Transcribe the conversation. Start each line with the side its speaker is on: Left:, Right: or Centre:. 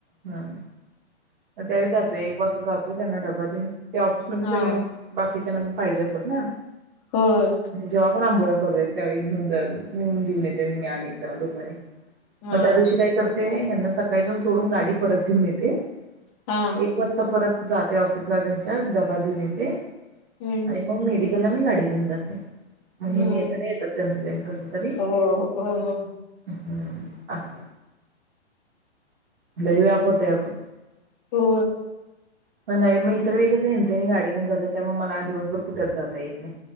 Right: हम्म, म त्यावेळी जातोय एक वाजता जातोय त्यांना डबा देऊन त्या ऑफिसमध्ये
Left: हा
Right: सगळे बाकीच्याना पाहिजे असतात ना.
Left: होय
Right: जेंव्हा पण आंबोळ्या करूयात त्यावेळी घेऊन जा नेऊन देऊन येते मी अनेकदा दुपारी
Left: हा
Right: मग त्या दिवशी काय करते? हेन्ना सकाळी जाऊन सोडून गाडी परत घेऊन येते.
Left: हा
Right: एक वाजता परत जाते ऑफिसला त्यांच्या दबा देऊन येते.
Left: हम्म
Right: आणि मग मीडी मी गाडी घेऊन जाते. <unintelligible>
Left: हम्म
Right: नाही येतात त्यांचं त्यांनी कस तरी
Left: हो हो हो
Right: हम्.... अस. लय व्याप होतय अग.
Left: हो.
Right: म न्हाई मग इतर वेळी कसं हेंच हेनी गाडी घेऊन जात्यात त्यामुळे मला दिवसभर कुठेच जाता येत नाही.